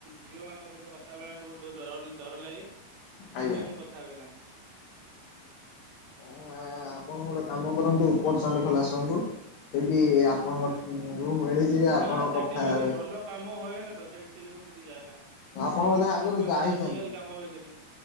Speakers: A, on the right; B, on the left.
A: ଝିଅମାନଙ୍କ ସହିତ କଥା ହେବା ପାଇଁ ମାନେ ବୋହୁତ ଡ-ଡର ଲାଗେ। ସେଇ
B: ଆଜ୍ଞା।
A: ଯୋଗୁଁ ମୁଁ କଥା ହୁଏ ନା।
B: ଆପଣ ଗୋଟେ କାମ କରନ୍ତୁ ଉପର ଚଣ୍ଡିଖୋଲ ଆସନ୍ତୁ। ସେଇଠି ଆପଣଙ୍କ
A: ନା
B: ରୁମ୍ ମିଳିଯିବେ ଆପଣ
A: ନା ସେଠି
B: କଥା
A: ମାନେ
B: ହେବେ।
A: ଭଲ କାମ ହୁଏନା ତ ସେଠି ସେଇ ଯୋଗୁଁ ହେଟିକି ଯାଏନା ସେଠି
B: ଆପଣ ବୋଧେ
A: ଶୁଣିଚି
B: ଆଗରୁ
A: ବୋହୁତ ମାନେ
B: ଯାଇଛନ୍ତି
A: ଇଲିଗାଲ କାମ ହୁଏ ସେଠି।